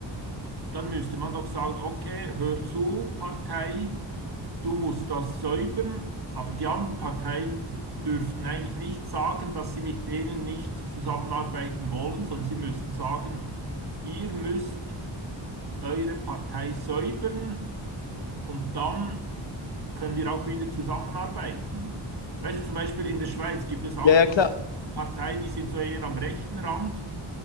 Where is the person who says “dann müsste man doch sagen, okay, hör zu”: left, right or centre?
Right